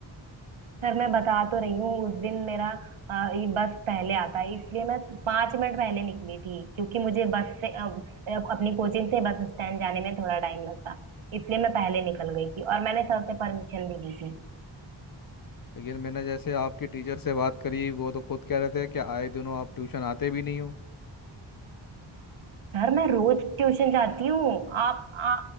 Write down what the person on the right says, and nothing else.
सर मैं बता तो रही हूँ उस दिन मेरा अ, ये बस पहले आता है इसलिए मैं पाँच मिनट पहले निकली थी क्योंकि मुझे बस से अ, अ, अपनी कोचिंग से बस स्टैंड जाने में थोड़ा टाइम लगता इसलिए मैं पहले निकल गई थी और मैंने सर से परमिशन भी ली थी
सर मैं रोज ट्यूशन जाती हूँ आप आ,